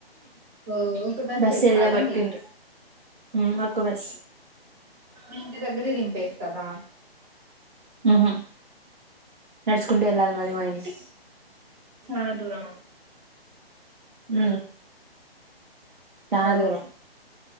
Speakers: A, on the right (about 15°); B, on the right (about 55°).
A: ఓ ఒక బస్సే
B: బస్
A: ఎక్కలా
B: ఎల్లబట్టి
A: మీరు
B: ఉంటది హ్మ్ ఒక్క బస్
A: మీ ఇంటి దగ్గరే దింపేస్తదా
B: ఉహు నడుచుకుంటు వెళ్ళాలి మళ్లి మా ఇంటికి
A: చనా దూరము
B: ఉ చానా
A: ఓ
B: దూరం